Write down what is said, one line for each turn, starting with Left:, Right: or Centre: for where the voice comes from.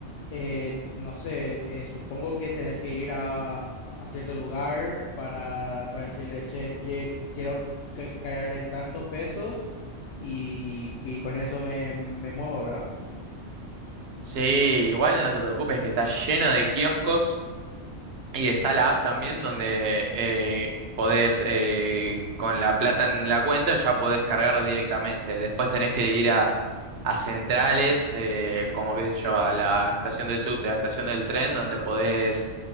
Left: eh, no sé, eh, supongo que tenés que ir a, a- a cierto lugar para, para decirle, che, que quiero ca- cargarle tantos pesos y, y con eso me, me muevo, ¿verdad?
Right: Sí, igual no te preocupes que está lleno de kioscos y está la app también donde eh, podés, eh, con la plata en la cuenta, ya podés cargar directamente. Después tenés que ir a, a centrales, eh, como qué sé yo, a la estación del subte, a la estación del tren, donde podés